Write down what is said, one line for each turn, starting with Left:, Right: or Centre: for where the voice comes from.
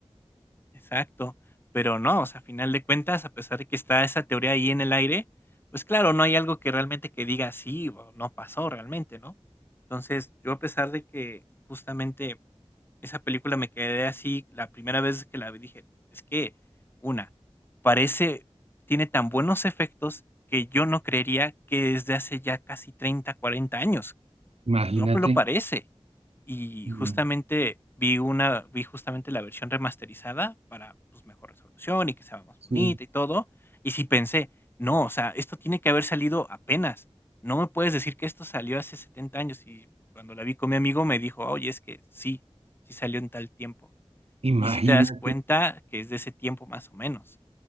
Left: Exacto, pero no, o sea, a final de cuentas, a pesar de que está esa teoría ahí en el aire, pues claro, no hay algo que realmente que diga sí o no pasó realmente, ¿no? Entonces, yo a pesar de que justamente esa película me quedé así la primera vez que la vi, dije, es que una, parece, tiene tan buenos efectos que yo no creería que desde hace ya casi 30, 40 años,
Right: Imagínate.
Left: no pues lo parece. Y
Right: No,
Left: justamente vi una vi justamente la versión remasterizada para, pues, mejor resolución y que sea más
Right: Sí,
Left: bonita y todo. Y sí pensé: "No, o sea, esto tiene que haber salido apenas. No me puedes decir que esto salió hace 70 años". Y cuando la vi con mi amigo me dijo: "Oye, es que sí, sí salió en tal tiempo".
Right: imagínate.
Left: Y sí te das cuenta que es de ese tiempo más o menos,